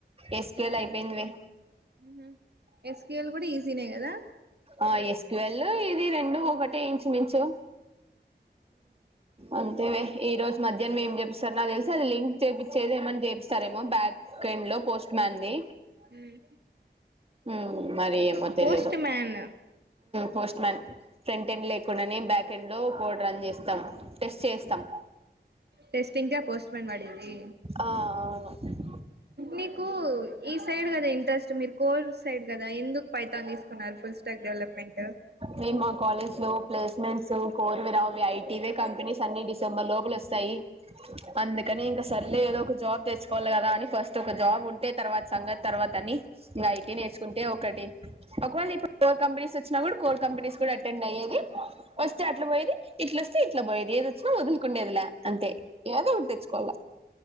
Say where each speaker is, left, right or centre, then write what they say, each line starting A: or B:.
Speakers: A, on the right (about 35°); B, on the right (about 65°).
A: ఎస్పిఎల్ అయిపోయిందివే
B: ఊహూ ఎస్క్యూల్ కూడా ఈజీనే కదా
A: ఆ ఎస్క్యూఎల్ ఇది రెండు ఒకటే ఇంచు మించు అంతేలే ఈ రోజు మధ్య మ ఏం చేప్పపిస్తారు నాకు తెలిసి అది లింక్ చేయించేది ఏమైనా చేపిస్తారేమో బ్యాక్ ఎండ్ లో పోస్ట్ మ్యాన్ది
B: హ్మ్
A: హ్మ్ మరి ఏమో తెలీదు
B: post man
A: post man front end లేకుండానే బ్యాక్ ఎండ్ లో కోడ్ రన్ చేస్తాం టెస్ట్ చేస్తాం
B: టెస్టింగ్కే పోస్ట్ మాన్ పడింది
A: ఆ అవును
B: మీకు ఈ సైడ్ కదా ఇంట్రెస్ట్ మీరు కోర్ సైడ్ కదా ఎందుకు పైథాన్ తీసుకు ఫుల్ స్టాక్ డెవలప్మెంట్
A: మీము మా కాలేజ్ లో ప్లేస్మెంట్స్ కోర్వి రా ఐవే కంపెనీస్ అన్ని డిసెంబర్ లోప లోస్ స్తాయి అందుకనే ఇంకా సర్లే ఏదో ఒక జాబ్ తెచ్చుకోవాలి కదా అని ఫస్ట్ ఒక జాబ్ ఉంటే తర్వాత సంగతి తర్వాత అని ఐటీ నేర్చుకుంటే ఒకటి ఒకవేళ నీకు ఫోర్ కంపెనిస్ స్ వచ్చినా కూడా కోల్ కంపెనీస్ కూడా అటెండ్ అయ్యేది వస్తే అట్లా పోయేది ఇట్లొస్తే ఇట్లా పోయేది ఏదిొచ్చినా వదులుకుండేదిలే అంతే ఏదో ఒకటి తెచ్చుకోవాలా